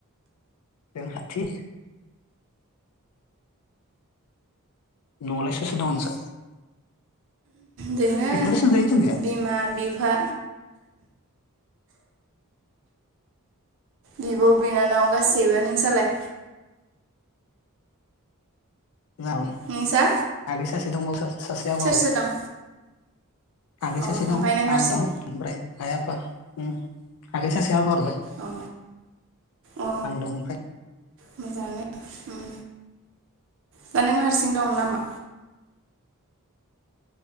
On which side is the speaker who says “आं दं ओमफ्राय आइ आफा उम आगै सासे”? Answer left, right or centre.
Left